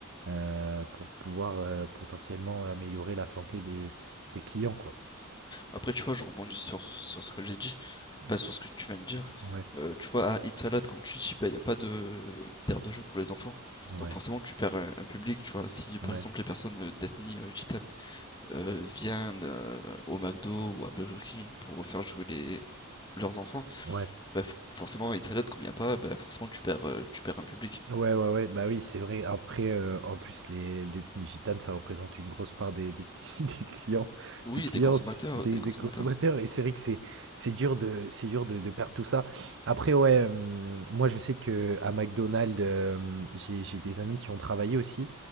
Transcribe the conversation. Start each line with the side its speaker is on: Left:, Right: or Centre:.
Right: euh, pour pouvoir euh, potentiellement améliorer la santé des, des clients, quoi.
Left: Après, tu vois, je rebondis sur, sur ce que j'ai dit,
Right: Mm.
Left: pas sur ce que tu viens de dire.
Right: Ouais,
Left: Euh, tu vois, à It's a comme tu dis, il n'y a pas de d'aire de jeu pour les enfants.
Right: ouais,
Left: Donc forcément, tu perds un, un public, tu vois. Si par
Right: ouais,
Left: exemple les personnes euh, d'ethnie euh, gitane euh, viennent euh, au McDo ou à Burger King pour faire jouer les, leurs enfants,
Right: ouais.
Left: bah, f- forcément, It's a comme il n'y a pas, bah, forcément, tu perds, euh, tu perds un public.
Right: Ouais, ouais, ouais, bah oui, c'est vrai. Après, heu, en plus, les l'ethnie gitane, ça représente une grosse part des des <laughs> des clients
Left: Oui,
Right: des clients,
Left: des consommateurs,
Right: des
Left: des
Right: des
Left: consommateurs.
Right: consommateurs et c'est vrai que c'est c'est dur de c'est dur de de perdre tout ça. Après, ouais, hem, moi, je sais que à McDonald's, hem, j'ai j'ai des amis qui ont travaillé aussi,